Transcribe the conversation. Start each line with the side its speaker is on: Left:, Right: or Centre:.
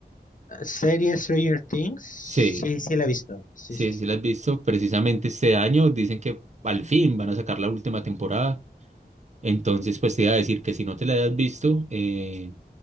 Left: Eh, Serie Stranger Things.
Right: Sí.
Left: Sí, sí la he visto. Sí,
Right: Sí,
Left: sí, sí.
Right: sí la has visto precisamente este año. Dicen que al fin van a sacar la última temporada. Entonces, pues te iba a decir que si no te la has visto, eh,